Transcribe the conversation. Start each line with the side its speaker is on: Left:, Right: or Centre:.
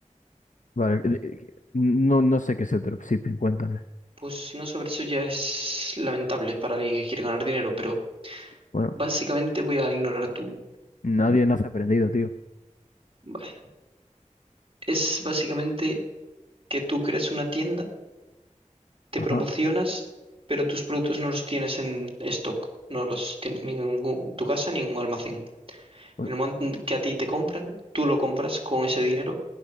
Left: Vale, de- de- no, no sé qué es el dropshipping, cuéntame.
Right: Pues no saber eso ya es lamentable para alguien que quiere ganar dinero, pero
Left: Bueno,
Right: básicamente voy a ignorar tu...
Left: nadie nace aprendido, tío.
Right: Vale. Es básicamente que tú creas una tienda, te
Left: Ajá.
Right: promocionas, pero tus productos no los tienes en stock, no los tienes ni en ningún- tu casa ni en un almacén.
Left: O
Right: En el momento en que a ti te compran, tú lo compras con ese dinero